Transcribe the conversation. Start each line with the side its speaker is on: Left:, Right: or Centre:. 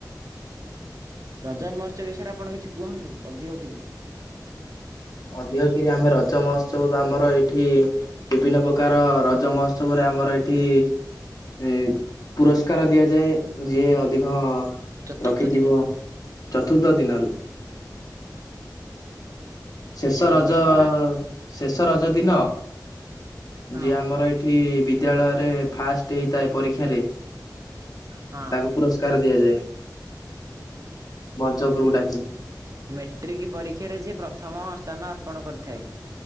Right: ରଜ ମହୋତ୍ସବ ବିଷୟରେ ଆପଣ କିଛି କୁହନ୍ତୁ ଅଧିକ କିରି।
Left: ଅଧିକ କିରି ଆମେ ରଜ ମହୋତ୍ସବ ତ ଆମର ଏଠି। ବିଭିନ୍ନ ପ୍ରକାର ରଜ ମହୋତ୍ସବରେ ଆମର ଏଠି। ଏ ପୁରସ୍କାର ଦିଆଯାଏ ଯିଏ ଅଧିକ।
Right: ଚତୁର୍ଥ
Left: ରଖିଥିବ
Right: ଦିନ
Left: ଚତୁର୍ଥ ଦିନଲ। ଶେଷ
Right: ଆଉ
Left: ରଜ,
Right: ଦଶହରା
Left: ଶେଷ ରଜ ଦିନ
Right: ହଁ
Left: ଯିଏ ଆମର ଏ। ଏଠି ବିଦ୍ୟାଳୟରେ ଫାଷ୍ଟେ ହେଇଥାଏ ପରୀକ୍ଷାରେ।
Right: ହଁ
Left: ତାକୁ ପୁରସ୍କାର ଦିଆଯାଏ ମଞ୍ଚ ଉପରକୁ ଡାକି।
Right: ମାେଟ୍ରିକ୍ ପରୀକ୍ଷାରେ ଯିଏ ପ୍ରଥମ ସ୍ଥାନ ଅର୍ପଣ କରିଥାଏ।